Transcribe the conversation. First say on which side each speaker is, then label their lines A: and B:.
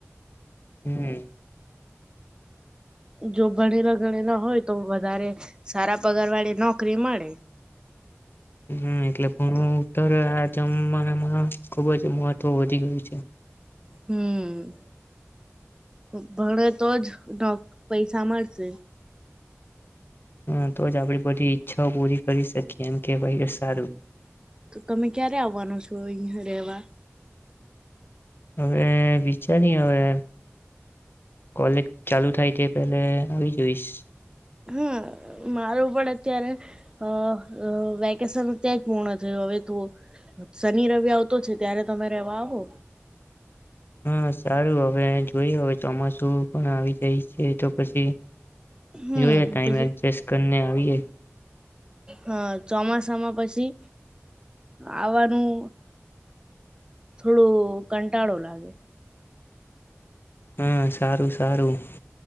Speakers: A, on the left; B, on the right.
A: હમ
B: જો ભણેલા ગણેલા હોય તો વધારે સારા પગારવાળી નો કિ મડે
A: હમ એટલે પણ હુ અતર આ જમાનામાં ખુબ જ મહત્વ વધી ગયું છે
B: હમ ભણે તો જ પૈસા મળશે
A: હા તો જ આપડી બધી ઈચ્છાઓ પૂરી કરી શકીએ એમ કેવાય સારું
B: તો તમે ક્યારે આવવાનો છો અહિયાં રહેવા
A: હવે વિચારી હવે કોલેજ ચાલુ થાય તે પેલે આવી જોઈશ
B: હા મારું પણ અત્યારે અ વેકેશનત્યાં જ પૂર્ણ થયું હવે તું શનિ રવિ આવતો છે ત્યારે તમે રેવા આવો
A: હા સારું હવે જોઈયે હવે ચોમાસું પણ આવી જાય છે તો પછી
B: હમ
A: જોએ ટાઈમ
B: પછી
A: એડજસ્ટ કરીને આવીએ
B: હા ચોમાસામાં પછી આવવાનું થોડું કંટાળો લાગે
A: હા સારું સારું